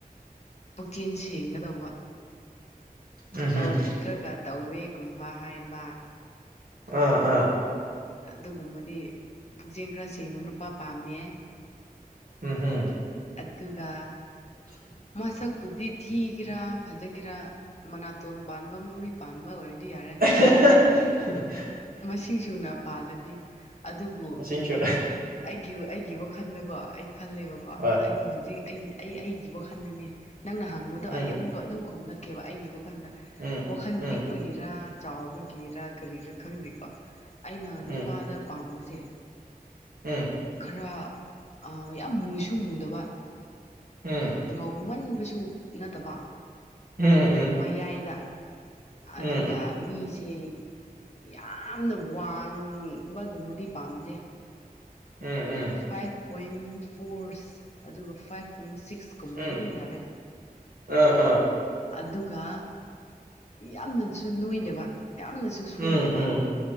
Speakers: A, on the left (about 45°); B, on the right (about 70°).
A: ꯑꯣ ꯀꯦꯁꯤꯦ ꯧꯕ
B: ꯎꯝꯍꯨꯝ
A: ꯇꯧꯗ꯭ꯔꯒ ꯇꯧꯋꯦꯒꯨꯝꯕ ꯍꯥꯏꯕ
B: ꯑ ꯑꯥ
A: ꯑꯗꯨꯒꯨꯝꯕꯗꯤ ꯄꯨꯛꯆꯦꯜ ꯈꯔ ꯁꯦꯡꯕ ꯅꯨꯄꯥ ꯄꯥꯝꯃꯦ
B: ꯎꯝ ꯍꯝ
A: ꯑꯗꯨꯒ
B: <inaudible>
A: ꯃꯁꯛꯄꯨꯗꯤ ꯊꯤꯒꯦꯔꯥ ꯐꯖꯒꯤꯦꯔꯥ ꯃꯅꯥꯇꯣꯟ ꯄꯥꯟꯕ ꯃꯃꯤ ꯄꯥꯟꯕ ꯑꯣꯏꯔꯗꯤ ꯌꯥꯔꯦ
B: <inaudible>
A: ꯃꯁꯤꯡꯁꯨꯨꯅ ꯄꯥꯜꯂꯗꯤ ꯑꯗꯨꯕꯨ
B: ꯇꯤꯟ ꯆꯣ
A: ꯑꯩꯒꯤ ꯑꯩꯒꯤ ꯋꯥꯈꯜꯗꯀꯣ ꯑꯩ ꯈꯜꯂꯦꯕꯀꯣ
B: ꯍꯣꯏ
A: ꯑꯩꯅ ꯍꯧꯖꯤꯛ ꯑꯩꯅ ꯑꯩ ꯑꯩꯒꯤ ꯋꯥꯈꯜꯗꯅꯦ ꯅꯪꯅ ꯍꯪꯕꯗꯣ
B: ꯎꯝ
A: ꯑꯩ ꯑꯃꯨꯛꯀ ꯑꯗꯨꯝ ꯈꯨꯝꯂꯛꯀꯦꯕ ꯑꯩꯒꯤ ꯋꯥꯈꯜꯗ
B: ꯎꯝ
A: ꯋꯥꯈꯜ
B: ꯎꯝ
A: ꯄꯤꯛꯄꯒꯤꯔ ꯆꯥꯎꯕꯒꯤꯔ ꯀꯔꯤꯔꯥ ꯈꯪꯗꯦꯀꯣ ꯑꯩꯅ
B: ꯎꯝ
A: ꯅꯨꯄꯥꯗ
B: ꯎꯝ
A: ꯄꯥꯝꯕꯁꯦ
B: ꯎꯝ
A: ꯈꯔ ꯌꯥꯝ ꯃꯨꯁꯨ ꯃꯨꯗꯕ
B: ꯎꯝ
A: ꯉꯧꯃꯟꯕꯁꯨ ꯅꯠꯇꯕ
B: ꯎꯝ ꯎꯝ
A: ꯃꯌꯥꯏꯗ
B: ꯎꯝ
A: ꯑꯗꯨꯒ ꯃꯤꯁꯦ ꯌꯥꯝꯅ ꯋꯥꯡꯕꯒꯨꯝꯕꯗꯤ ꯄꯥꯝꯗꯦ
B: ꯎꯝ ꯎꯝ
A: ꯐꯥꯏꯚ ꯄꯣꯏꯟ ꯐꯣꯔꯁ ꯑꯗꯨꯒ ꯐꯥꯏꯚ ꯄꯣꯏꯟ ꯁꯤꯛꯁ ꯀꯨꯝꯕꯗꯤ
B: ꯎꯝ
A: ꯑꯗꯨꯝ ꯌꯥꯔꯦ
B: ꯑꯥ ꯑꯥ
A: ꯑꯗꯨꯒ ꯌꯥꯝꯅꯁꯨ ꯅꯣꯏꯗꯕ ꯌꯥꯝꯅꯁꯨ ꯁꯣꯟꯗꯕ
B: ꯎꯝ ꯎꯝ